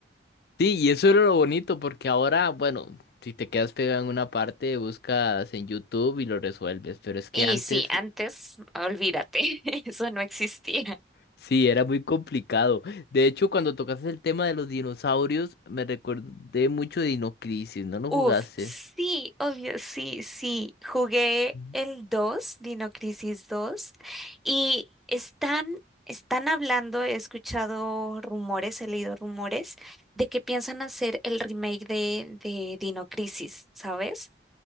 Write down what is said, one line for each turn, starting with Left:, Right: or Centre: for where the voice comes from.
Left: Sí, y eso era lo bonito, porque ahora, bueno, si te quedas pegado en una parte, buscas en YouTube y lo resuelves, pero es que
Centre: Y
Left: antes
Centre: sí, antes, olvídate, <laughs> eso no existía.
Left: sí, era muy complicado. De hecho, cuando tocaste el tema de los dinosaurios, me recordé mucho de Dinocrisis, ¿no lo
Centre: Uf,
Left: jugaste?
Centre: sí, obvio, sí, sí. Jugué
Left: Mm.
Centre: el 2, Dino Crisis 2, y están, están hablando, he escuchado rumores, he leído rumores de que piensan hacer el remake de, de Dino Crisis, ¿sabes?